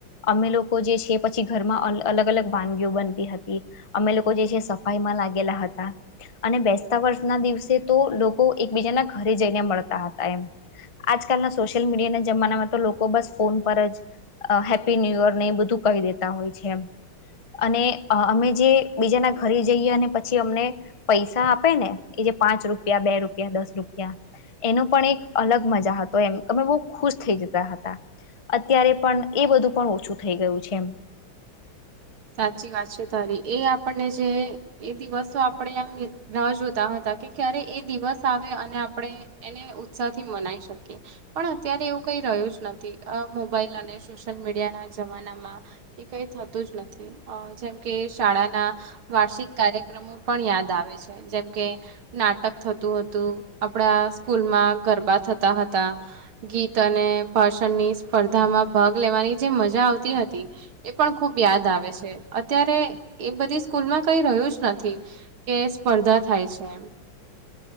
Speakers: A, on the left (about 45°); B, on the right (about 80°).
A: અમે લોકો જે છે પછી ઘરમાં અલગ અલગ વાનગીઓ બનતી હતી અમે લોકો જે છે સફાઈ સફાઈમાં લાગેલા હતા અને બેસતા વર્ષ ના દિવસે તો લોકો એકબીજાના ઘરે જઈને મળતા હતા હતા એમ આજકાલના સોશિયલ મીડિયાના જમાનામાં તો લોકો બસ ફોન પર જ હેપી ન્યુ યર ને એ બધું કહિ કહી દેતા હોય છે એમ અને અમે જે બીજાના ઘરે જઈએ અને પછી અમને પૈસા આપે ને ઍ પાંચ રૂપિયા બે રૂપિયા દસ રૂપિયા એનું પણ એક અલગ મજા હતો એમ અમે બહુ ખુશ થઇ જતા હતા અત્યારે પણ એ બધું પણ ઓછું થઈ ગયું છે એમ
B: સાચી વાત છે તારી એ આપણને જે એ દિવસો આપણે આમ રા જોતા હતા ક્યારે એ દિવસ આવે અને આપણે એને ઉત્સાહ થી મનાવી શકીએ પણ અત્યારે એવું કઈ રહ્યું જ નથી આ મોબાઈલ અને સોશ્યલ મીડિયા ના જમાનામાં એ કઈ થતું જ નથી જેમ કે શાળાના વાર્ષિક કાર્યક્રમો પણ યાદ આવે છે જેમ કે નાટક થતું હતું આપડા સ્કૂલ માં ગરબા થતા હતા ગીત અને ભાષણની સ્પર્ધામાં ભાગ લેવાની જે મજા આવતી હતી એ પણ ખુબ યાદ આવે છે અત્યારે એ બધી સ્કૂલમાં કઈ રહ્યું જ નથી કે સ્પર્ધા થાય છે એમ